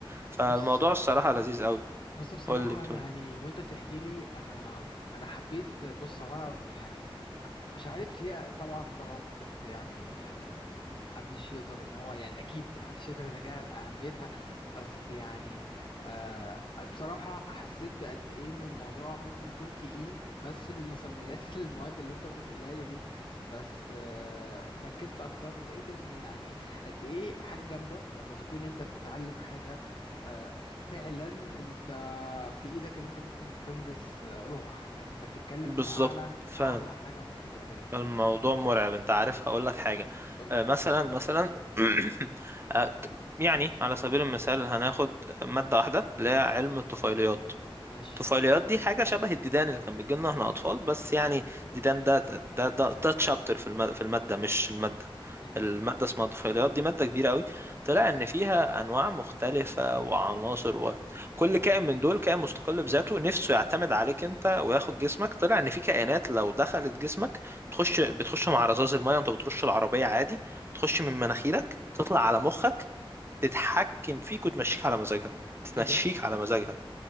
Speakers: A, on the right; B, on the left.
A: فالموضوع
B: بص
A: الصراحة لذيذ قوي
B: بص بصراحة
A: قول لي بتقول
B: يعني وانت بتحكي لي انا انا حبيت بص هو انا يعني مش عارف ليه طبعا طبعا طب يعني آه، محدش يقدر ان هو يعني اكيد محدش يقدر يتجاهل اهميتها بس يعني آه، بصراحة حسيت بقد ايه ان الموضوع ممكن يكون تقيل بس من مسميات <laughs> المواد اللي انت بتقولها لي دي بس آه، ركزت اكتر لقيت ان يعني قد ايه حاجة جامدة لما تكون انت بتتعلم حاجة آه، فعلا انت في ايدك ان انت ممكن تنجز آه، روح انت بتتكلم
A: بالظبط
B: في اعلى
A: فعلا
B: اعلى حاجة ممكن تعملها
A: الموضوع مرعب أنت عارف هقول لك حاجة
B: قولي
A: آه، مثلا مثلا <coughs> <clears throat> آه، يعني على سبيل المثال هناخد مادة واحدة اللي هي علم الطفيليات
B: ماشي
A: طفيليات دي حاجة شبه الديدان اللي كان بيجي لنا احنا أطفال بس يعني ديدان ده ده ده, ده تشابتر في المادة, في المادة مش المادة
B: مهم.
A: المادة اسمها طفيليات دي مادة كبيرة قوي طلع إن فيها أنواع مختلفة وعناصر وكل كائن من دول كائن مستقل بذاته نفسه يعتمد عليك أنت وياخد جسمك طلع إن في كائنات لو دخلت جسمك بتخش بتخش مع رذاذ المية وأنت بترش العربية عادي تخش من مناخيرك تطلع على مخك تتحكم فيك وتمشيك على مزاجها تتمشيك
B: ايه ده
A: على مزاجها